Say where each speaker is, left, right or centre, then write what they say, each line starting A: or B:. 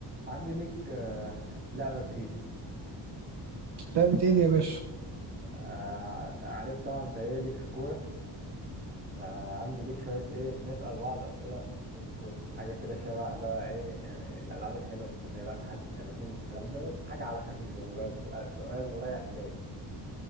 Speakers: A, on the right (about 25°); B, on the right (about 60°).
A: عندي ليك آه، لعبة جديدة
B: لعبة ايه دي يا باشا
A: آه، عارف طبعا انت ايه ليك في الكورة فعندي ليك شوية ايه نسأل بعض أسئلة في الكورة حاجة كده شبه بقى ايه يعني الألعاب الحلوة زي بقى تحدي التلاتين والكلام ده بس حاجة على خفيفة مجرد سؤال, سؤال رايح جاي